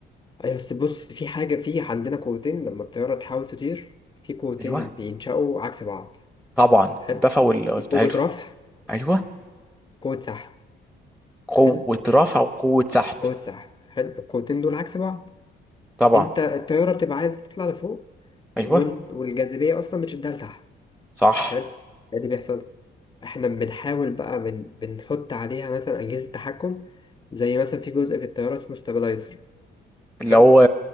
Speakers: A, on the left; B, in the centre.
A: ايوه اصل بص في حاجه في عندنا قوتين لما الطياره تحاول تطير في قوتين
B: ايوه
A: بينشأوا عكس بعض
B: طبعا
A: حلو
B: الدفع وال
A: في قوه
B: حلو
A: رفع
B: ايوه
A: وقوه سحب
B: قوه
A: حلو
B: رفع وقوه سحب
A: قوه سحب حلو القوتين دول عكس بعض
B: طبعا
A: انت الطياره بتبقى عايز تطلع لفوق
B: ايوه
A: وإن- والجاذبيه اصلا بتشدها لتحت
B: صح
A: حلو إيه اللي بيحصل احنا بنحاول بقى بن... بنحط عليها مثلا اجهزه تحكم زي مثلا في جزء في الطياره اسمه ستابلايزر
B: اللي
A: حلو
B: هو